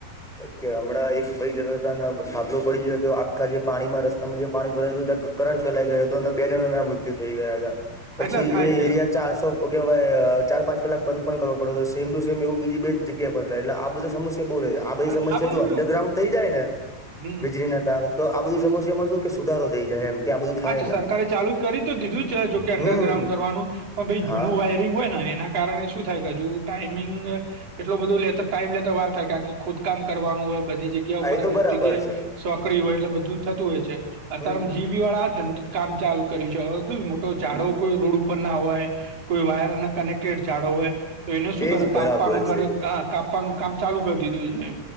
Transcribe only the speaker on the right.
આટલા
થાય
છે
અને
બધું
કેવું
હમ
હા
સરકારે ચાલુ જ કરી તો દીધું જોકે અંડરગ્રાઉન્ડ
કરવાનું પણ પઈ જૂનું
હોય એના કારણે શું થાય ટાઈમિંગ એટ લો બધું ટાઈમ લેતા વાર થાય કારણ કે ખોદકામ કરવાનું હોય બધી જગ્યા
ઉપર
અમુક
જગ્યાએ
સોકડી હોય એટલે બધું થતું હોય છે
અત્યારે જીવ બી વાળા ધંધ કામ ચાલુ કર્યું છે હવે શું મોટો ઝાડો
કોઈ રોડ ઉપર ના હોય કોઈ વાયર ના કનેક્ટ કે જાડો હોય તો એને શું
કરે
કાપવાનું કરે
કાપવાનું કામ ચાલુ કરી દીધું છે. એમ